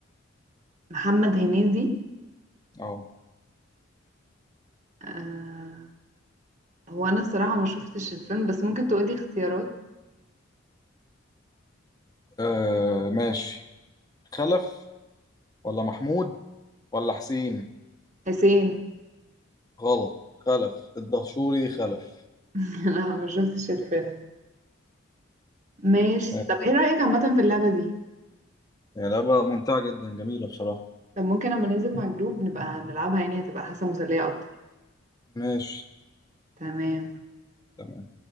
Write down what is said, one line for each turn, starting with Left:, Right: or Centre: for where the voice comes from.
Right: محمد هنيدي
Left: اه
Right: آه هو انا الصراحة ما شفتش الفيلم بس ممكن تقولي اختيارات
Left: آه، ماشي خلف ولا محمود ولا حسين
Right: حسين
Left: غلط خلف الدهشوري خلف
Right: <laughs> انا ما شفتش الفيلم ماشي
Left: ماشي.
Right: طب ايه رأيك عامة في اللعبة دي
Left: يعني لعبة ممتعة جدا جميلة بصراحة
Right: طب ممكن لما ننزل مع الجروب نبقى نلعبها يعني هتبقى حاسة مسلية اكتر
Left: ماشي
Right: تمام
Left: تمام